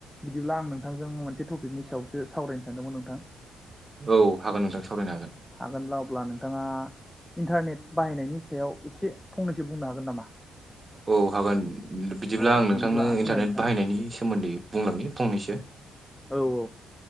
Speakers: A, in the centre; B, on the right.
A: बिदिब्ला आं नोंथांजों मोनसे टपिकनि सायावसो सावरायनो सानदोंमोन नोंथां।
B: औ हागोन नोंथां सावरायनो हागोन।
A: हागोनब्ला अब्ला नोंथाङा इन्टारनेट बाहायनायनि सायाव एसे फंनैसो बुंनो हागोन नामा?
B: औ हागोन बिदिब्ला
A: औ
B: आं नोंथांनो
A: बुंलाय
B: इन्टारनेट
A: नोंथां
B: बाहायनायनि सोमोन्दै बुंलांनि फंनैसो
A: औ।